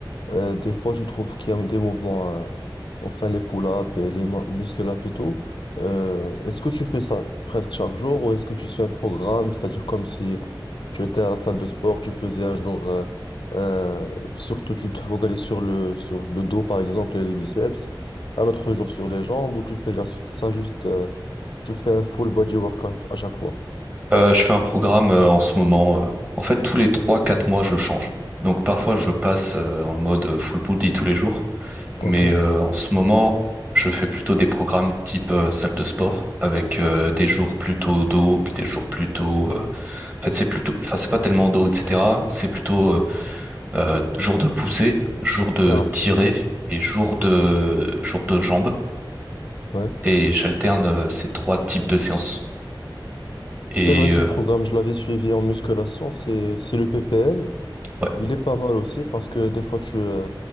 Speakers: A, on the left; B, on the right.
A: Euh, des fois, je trouve qu'il y a des mouvements, euh, enfin les pull-ups et les mu- muscle-ups et tout. Euh, est-ce que tu fais ça presque chaque jour ou est-ce que tu suis un programme, c'est-à-dire comme si tu étais à la salle de sport, tu faisais un jour, euh, euh, surtout tu te focalises sur le, sur le dos par exemple et les biceps, un autre jour sur les jambes ou tu fais ja- ça juste, euh, tu fais un full body workout à chaque fois.
B: Euh, je fais un programme euh, en ce moment. euh, en fait, tous les trois-quatre mois, je change. Donc parfois, je passe euh, en mode euh, full body tous les jours.
A: Ok.
B: Mais euh, en ce moment, je fais plutôt des programmes type euh, salle de sport, avec euh, des jours plutôt dos, puis des jours plutôt... euh, En fait, c'est plutôt... Enfin, c'est pas tellement dos, etc. C'est plutôt euh, euh, jour de poussée, jour de
A: Ah,
B: tirer et jour de, jour de jambes.
A: ouais.
B: Et j'alterne euh, ces trois types de séances. Et
A: C'est vrai, ce
B: euh,
A: programme, je l'avais suivi en musculation, c'est c'est le PPL.
B: ouais,
A: Il est pas mal aussi parce que des fois, tu, euh,